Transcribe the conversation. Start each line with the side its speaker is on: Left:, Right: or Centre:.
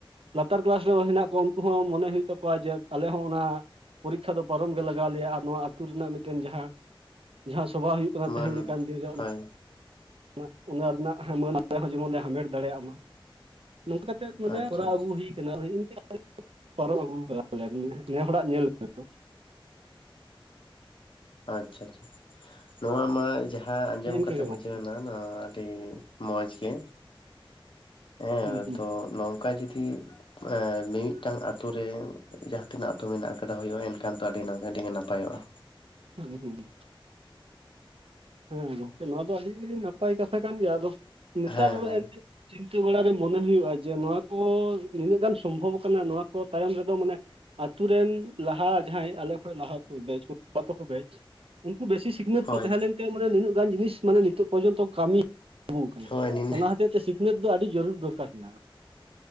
Right: ᱞᱟᱛᱟᱨ ᱠᱮᱞᱟᱥ ᱨᱮ ᱦᱚᱸ ᱦᱮ ᱱᱟᱜ ᱠᱚᱣᱟ, ᱩᱱᱠᱩ ᱦᱚᱸ ᱢᱚᱱᱮ ᱦᱩᱭᱩᱜ ᱛᱟ ᱠᱚᱣᱟ ᱡᱮ ᱟᱞᱮ ᱦᱚᱸ ᱚᱱᱟ ᱯᱚᱨᱤᱠᱠᱷᱟ ᱫᱚ ᱯᱟᱨᱚᱢ ᱜᱮ ᱞᱟᱜᱟᱣᱼᱟᱞᱮᱭᱟ᱾ᱟᱨ ᱱᱚᱣᱟ ᱟᱹᱛᱩ ᱨᱮᱱᱟᱜ ᱢᱤᱫᱴᱮᱱ ᱡᱟᱦᱟᱸ ᱡᱟᱦᱟᱸ ᱥᱚᱵᱷᱟ ᱦᱩᱭᱩᱜ ᱠᱟᱱᱟ
Left: ᱢᱟᱱ
Right: ᱛᱮ ᱦᱮᱧ ᱞᱮᱠᱟᱱ ᱫᱤᱱ ᱨᱮ ᱩ
Left: ᱦᱳᱭ
Right: ᱚᱱᱟ, ᱚᱱᱟᱼᱨᱮᱱᱟᱜ ᱦᱟ ᱢᱟᱹᱱ ᱦᱚᱸ <unintelligible> ᱡᱮᱢᱚᱱ ᱞᱮ ᱦᱟᱢᱮᱴ ᱫᱟᱲᱮᱭᱟᱜ ᱢᱟ, ᱱᱚᱝᱠᱟᱼᱠᱟᱛ ᱥᱮᱫ, ᱢᱟᱱᱮ
Left: ᱟᱪᱪᱷᱟ
Right: ᱠᱚᱨᱟᱣ
Left: ᱟᱪᱪᱷᱟ
Right: ᱟᱹᱜᱩ ᱦᱩᱭ <unintelligible> ᱤᱱᱠᱟᱹ ᱯᱟᱨᱚᱢ ᱟᱹᱜᱩ ᱠᱟᱫᱟᱞᱮ ᱱᱮ ᱦᱚᱲᱟᱜ ᱧᱮᱞ ᱛᱮᱫᱚ᱾
Left: ᱟᱪᱪᱷᱟ ᱟᱪᱪᱷᱟ, ᱱᱚᱣᱟ ᱢᱟ ᱡᱟᱦᱟᱸ ᱟᱸᱡᱚᱢ
Right: ᱦᱮᱸ ᱤᱱᱠᱟᱹ
Left: ᱠᱟᱛᱮ
Right: ᱜᱮ
Left: ᱵᱩ
Right: ᱜᱚᱝᱠᱮ
Left: ᱡᱷᱟᱹᱣ ᱮᱱᱟ ᱱᱚᱣᱟ ᱟᱹᱰᱤ ᱢᱚᱸᱡᱽᱜᱮ ᱦᱮᱸ
Right: ᱦᱩᱸ ᱦᱩᱸ
Left: ᱛᱚ, ᱱᱚᱝᱠᱟ ᱡᱩᱫᱤ ᱮ, ᱢᱤᱼᱢᱤᱫᱴᱟᱝ ᱟᱛᱩᱨ ᱨᱮ ᱡᱟᱦᱟᱸᱛᱤᱱᱟᱹᱜ ᱟᱛᱩ ᱢᱮᱱᱟᱜ ᱠᱟᱫᱟ, ᱦᱩᱭᱩᱜᱼᱟ ᱮᱱᱠᱷᱟᱱ ᱛᱚ ᱟᱹᱰᱤᱼᱱᱟ ᱚᱹᱰᱤᱜᱮ ᱱᱟᱯᱟᱭᱚᱜᱼᱟ᱾
Right: ᱦᱩᱸ ᱦᱩᱸ᱾ ᱦᱮᱸ ᱜᱚᱝᱠᱮ ᱱᱚᱣᱟ ᱫᱚ ᱟᱹᱰᱤ ᱱᱟᱯᱟᱭ ᱠᱟᱛᱷᱟ ᱠᱟᱱ ᱜᱮᱭᱟ ᱟᱫᱚ, ᱱᱮᱛᱟᱨ
Left: ᱦᱮᱸ ᱦᱮᱸ
Right: ᱮᱱ ᱛᱮᱫ ᱪᱤᱱᱛᱟᱹ ᱵᱟᱲᱟ ᱨᱮ ᱢᱚᱱᱮ ᱦᱩᱭᱩᱜᱼᱟ ᱡᱮ, ᱱᱚᱣᱟ ᱠᱚ ᱱᱤᱱᱟᱹᱜ ᱜᱟᱱ ᱥᱚᱢ ᱵᱷᱚᱵ ᱠᱟᱱᱟ ᱱᱚᱣᱟ ᱠᱚ ᱛᱟᱭᱚᱢ ᱨᱮ ᱫᱚ ᱢᱟᱱᱮ ᱟᱛᱩ ᱨᱮᱱ ᱞᱟᱦᱟ ᱡᱟᱦᱟᱸᱭ ᱟᱞᱮ ᱠᱷᱚᱡ ᱞᱟᱦᱟ ᱠᱚ ᱵᱮᱪ ᱵᱟᱵᱟ ᱛᱟᱠᱚ ᱵᱮᱪ ᱩᱱᱠᱩ ᱵᱮᱥᱤ ᱥᱤᱠᱷᱱᱟᱹᱛ
Left: ᱦᱳᱭ
Right: ᱠᱚ ᱛᱟᱦᱮᱸ ᱞᱮᱱᱛᱮ ᱢᱟᱱᱮ, ᱱᱤᱱᱟᱹᱜ ᱜᱟᱱ ᱡᱤᱱᱤᱥ ᱢᱟᱱᱮ ᱱᱤᱛᱚᱜ ᱯᱚᱨᱡᱚᱱᱛᱚ ᱠᱟᱹᱢᱤ ᱟᱹᱜᱩ ᱠᱟᱱᱟ᱾ᱚᱱᱟ
Left: ᱦᱳᱭ ᱱᱤᱱᱟᱹ
Right: ᱦᱚᱛᱮᱡ ᱛᱮ ᱥᱤᱠᱷᱱᱟᱹᱛ ᱫᱚ ᱟᱹᱰᱤ ᱡᱟᱹᱨᱩᱨ ᱫᱚᱨᱠᱟᱨ ᱦᱮᱱᱟᱜᱼᱟ᱾